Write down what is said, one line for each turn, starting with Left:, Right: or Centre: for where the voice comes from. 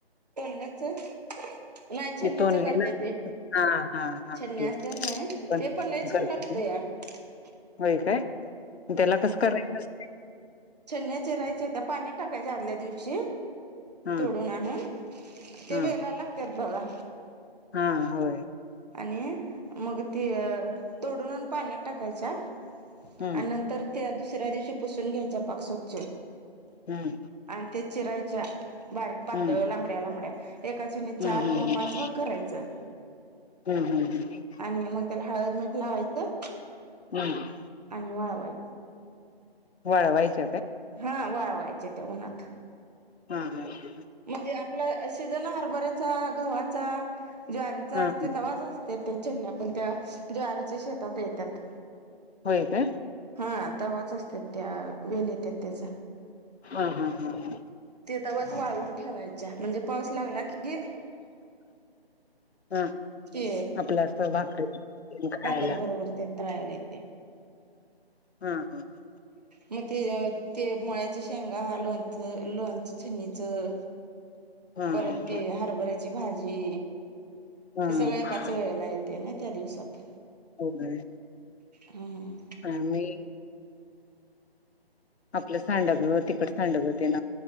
Right: नाही छनणीच
Left: ते तोंडले
Right: करते
Left: ना
Right: ते
Left: हा हा हा
Right: छन्णी
Left: ते
Right: असत ना
Left: पण
Right: ते पन लई छान
Left: करते
Right: लागतेय का
Left: होय काय त्याला कसं करायचस
Right: छन्या चिरायच्या त्या पाण्यात टाकायच्या आदल्या दिवशी
Left: हा
Right: तोडून आणून ते
Left: हा
Right: वेला लागतात बघा
Left: हा होय
Right: आणि मग ती तोडून आण पाण्यात टाकायच्या
Left: हम्म
Right: आणि नंतर त्या दुसऱ्या दिवशी पुसून घ्यायचा पाक स्वच्छ
Left: हम्म
Right: आणि ते चिरायच्या बारीक पातळ
Left: हम्म
Right: लांबड्या लांबड्या एका णी चार
Left: हम्म हम्म
Right: किंवा पाच भाग करायचं
Left: हम्म हम् हम्
Right: आणि मग त्याला हळद मीठ लावायचं
Left: हम्म
Right: आणि वाळवायचं
Left: वाड वयच
Right: हा वाळवायचे ते उन्हत
Left: हम् हम
Right: म्हणजे आपला सिजन हरभऱ्याचा, गव्हाचा, ज्वारीचा
Left: हा
Right: असतोय तेव्हाच अस तेथे चन्या पण त्या ज्वारीच्या शेतात येतात
Left: होय काय?
Right: हा तवाच असत्यात त्या वेल येत्यात तेच
Left: हा-हा-हा..
Right: तवाच वाळून ठेवायच्या म्हणजे पाऊस लागला की
Left: हा
Right: ते
Left: आपलं असं भाकरी खायला
Right: भाकर बरोबर तेन तळायला येतय
Left: हा-हा-हा..
Right: मग ते- ते मुळ्याच्या शेंगा लोंणचं- लोंणचं <inaudible> णीचं
Left: हा
Right: परत
Left: हा
Right: ते हरभऱ्याची भाजी
Left: हा
Right: ते सगळं एकाच वेळेला येत ते ना त्या दिवसात
Left: होय
Right: हम्म
Left: आम्ही आपलं सांडग तिखट सांडग तेंन